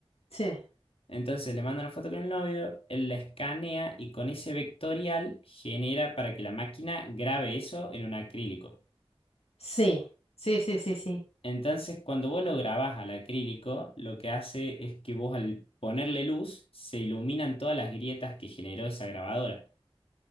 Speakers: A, on the left; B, on the left.
A: sí,
B: Entonces le manda una foto con el novio, él la escanea y con ese vectorial genera para que la máquina grabe eso en un acrílico.
A: sí, sí, sí, sí, sí, sí.
B: Entonces cuando vos lo grabás al acrílico, lo que hace es que vos al ponerle luz se iluminan todas las grietas que generó esa grabadora.